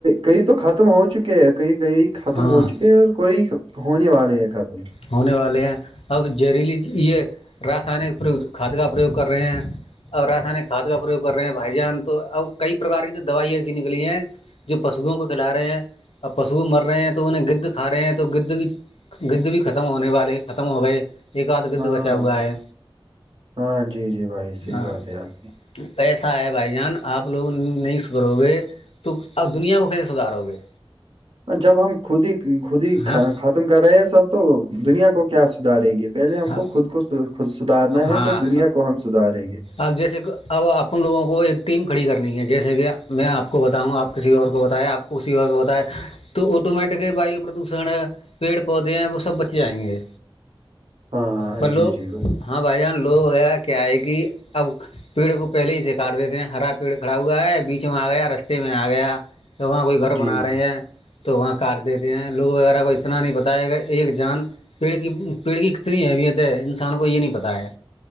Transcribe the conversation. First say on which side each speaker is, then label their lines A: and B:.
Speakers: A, on the right (about 60°); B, on the left (about 80°).
A: کئی تو ختم ہو چکے ہیں کئی کئی ختم
B: ہاں
A: ہو چکے ہیں اور کوئی ہونے والے ہیں خاتم
B: ہونے والے ہیں اب جہریلی یہ رسائنک کھاد کا پرریوگ کر رہے ہیں اور آسانی کھاد کا پرریوگ کر رہے ہیں بھائی جان تو ا کئی پرکار کی تو دوائ ایسی نکلی ہیں جو پشوؤں کو کھلا رہے ہیں اور پشو مر رہے ہیں تو انہیں گدھ کا رہے ہیں تو گد بھی گد بھی ختم ہونے والے ختم ہو گئے ایک آدھ گدھ
A: ہاں
B: بچا ہوا ہے
A: ہاں جی جی بھائی صحیح
B: ہاں
A: بات ہے آپ کی
B: <unintelligible> کیسا ہے بھائی جان آپ لوگ نہیں سدھرو گے تو اب دنیا کو کیسے سدارو گے
A: جب ہم خود ہی خود ہی
B: ہاں
A: ختم کر رہے ہیں سب تو دنیا کو کیا سدھاریں گے پہلے ہم
B: ہاں
A: کو خود کو خود سدارنا ہے
B: ہاں
A: پھر دنیا کو ہم سدھاریں گے
B: اب جیسے کہ اب اپن لوگوں کو ایک ٹیم کھڑی کرنی ہے جیسے کہ میں آپ کو بتاؤں آپ کسی اور کو بتائائے آپ <unintelligible> کسی ہو ہوتا ہے <unintelligible> تو آٹومیٹکلی وایو پردوشن پیڑ پودے ہیں وہ سب بچے جائیں گے
A: ہاں
B: پلو
A: جی جی بھائی
B: ہاں بھائی جان لو وغیرہ کیا آئے گی اب پیڑ کو پہلے ہی سے کاار دیتے ہیں ہرا پیڑ کھڑا ہوا ہے بیچ میں آ گیا رستے میں آ گیا تو وہاں کوئی گھر
A: جی
B: بنا رہے ہیں تو وہاں کاٹ دیتے ہیں لوگ وغیرہ کو اتنا نہیں پتا ہے گا ایک جان پیڑ کی پیڑ کی اتنی اہمیت ہے انسان کو یہ نہیں پتہ ہے